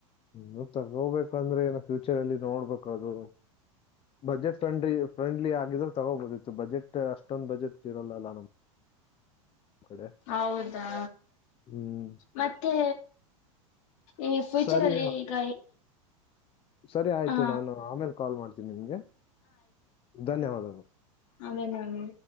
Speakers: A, on the left; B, on the left.
A: ನೀ ತಗೋಬೇಕಂದ್ರೆ ಏನ ಫ್ಯೂಚರ್ ಅಲ್ಲಿ ನೋಡ್ಬೇಕ ಅದು ಬಜೆಟ್ ಫ್ರೆಂಡ್ಲಿ ಫ್ರೆಂಡ್ಲಿ ಆಗಿದ್ರೆ ತಗೋಬೋದಿತ್ತು ಬಜೆಟ್ ಅಷ್ಟೊಂದು ಬಜೆಟ್ ಇರಲ್ಲಲ್ಲ ನಮ್ ಕಡೆ
B: ಹೌದಾ
A: ಹ್ಮ್
B: ಮತ್ತೆ ಈ ಫ್ಯೂಚರ್
A: ಸರಿ
B: ಅಲ್ಲಿ ಈಗ
A: ಸರಿ ಆಯ್ತು
B: ಹ
A: ನಾನನ್ ಆಮೇಲೆ ಕಾಲ್ ಮಾಡ್ತನಿ ನಿಮ್ಗೆ ಧನ್ಯವಾದಗಳು
B: ಅದೇದ ಅದೇ